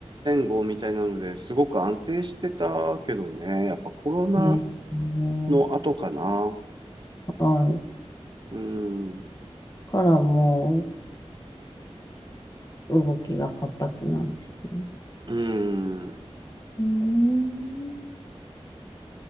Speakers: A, on the right; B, on the left.
A: 後みたいなので、すごく安定してたけどね、やっぱコロナ
B: う、ええ
A: の後かな。
B: はい。
A: うん、
B: からもう動きが活発なんですね。
A: うん。
B: うーん、